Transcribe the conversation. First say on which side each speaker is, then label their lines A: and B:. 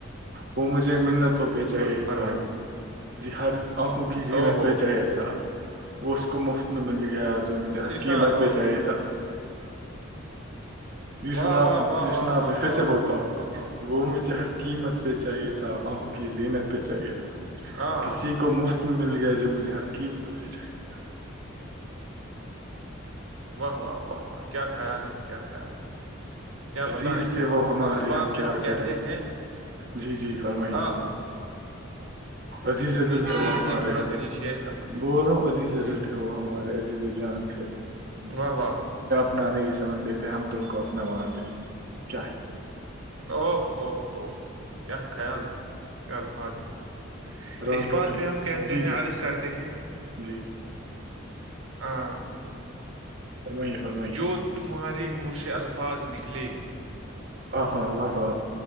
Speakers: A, on the right (about 45°); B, on the right (about 75°).
A: وہ مجھے منتوں پہ چاہیے
B: ب- فرمائیے
A: تھا ہر آنکھوں کی زینت
B: او ہو
A: پہ چاہیا تھا وہ اس کو مفت میں مل گیا جو مجھے ہر قیمت
B: شاد او
A: پہ چاہیے تھا جی
B: واہ
A: سناپ
B: واہ واہ
A: جی سناپفھر
B: واہ واہ واہ
A: سے
B: واہ
A: بولتا
B: واہ
A: ہوں
B: واہ واہ
A: وہ مجھے ہر قیمت پہ چاہیے تھا آنکھوں کی زینت پہ چاہیے تھا
B: ہاں
A: کسی کو مفت مل گیا جو مجھے ہر قیمت پہ چاہیے تھا
B: واہ واہ واہ واہ کیا خیال ہے کیا خیال ہے کیا
A: عزیز
B: بتائیں ہم
A: تھے
B: آپ
A: وہ
B: کو
A: ہمارے
B: اس بات پہ
A: کیا
B: ہم کہتے
A: کریں
B: ہیں
A: جی جی فرمائیے
B: ہاں ہاں ہاں
A: عزیز
B: نہیں
A: دل
B: کہیے
A: تھے وہ
B: کہیے
A: ہمارے
B: پورا کریے شیئر کمپلیٹ
A: بول رہا ہوں عزیز
B: جی
A: دل تھے وہ ہمارے عزیز جان تھے
B: واہ واہ
A: نا نہیں سمجھتے ہم تم کو اپنا مان دیتے کیا ہی
B: او اوہ اوہ کیا خیال ہے کیا الفاظ ہے
A: راتوں
B: اس بات
A: کی
B: پہ ہم کہتے
A: جی
B: ہیں
A: جی
B: عرض کرتے ہیں
A: جی
B: ہاں
A: فرمائیے فرمائیے
B: جو تمہارے منہ سے الفاظ نکلے
A: آ ہ و و